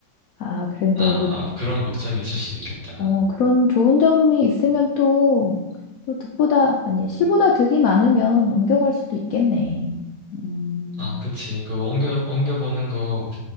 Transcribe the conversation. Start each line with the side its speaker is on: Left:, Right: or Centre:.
Left: 아, 그런데
Right: 아,
Left: 이거,
Right: 뭐 그런 걱정이 있을 수도 있겠다.
Left: 어, 그런 좋은 점이 있으면 또, 또 득보다, 아니, 실보다 득이 많으면 옮겨갈 수도 있겠네. 음,
Right: 아, 그치. 그거 옮겨, 옮겨보는 거